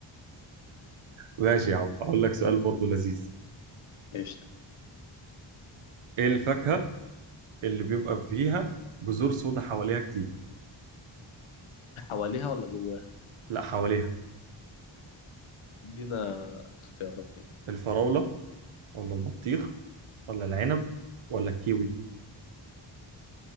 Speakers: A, on the right; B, on the left.
A: ماشي يا عم اقول لك سؤال برضو لذيذ
B: قشطه
A: ايه الفاكهه اللي بيبقى فيها بذور سودا حواليها كتير
B: حواليها ولا جواها
A: لا حواليها
B: ادينا اختيارات كده
A: الفراوله ولا البطيخ ولا العنب ولا الكيوي